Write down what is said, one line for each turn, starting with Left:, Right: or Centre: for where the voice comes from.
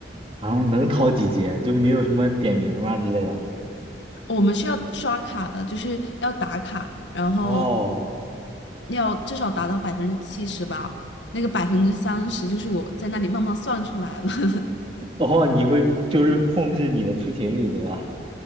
Right: 啊，能逃几节？就没有什么点名儿吗之类的？
Left: 我们是要刷卡的，就是要打卡，然后
Right: 哦，
Left: 要至少达到百分之七十吧。那个百分之三十就是我在那里慢慢算出来的。<laughs>
Right: 哦，你会就是控制你的出勤率，对吧？